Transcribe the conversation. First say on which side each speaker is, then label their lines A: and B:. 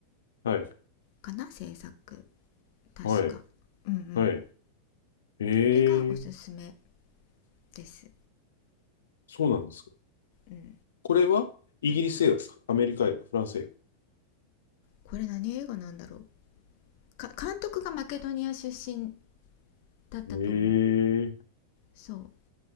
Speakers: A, on the left; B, on the left.
A: はい。
B: かな制作確かうんうん
A: はい。はい。ええ
B: これがおすすめです
A: そうなんですか。
B: うんうん
A: これはイギリス映画ですかアメリカ映画、フランス映画。
B: これ何映画なんだろうか監督がマケドニア出身だったと思う
A: ええ
B: そう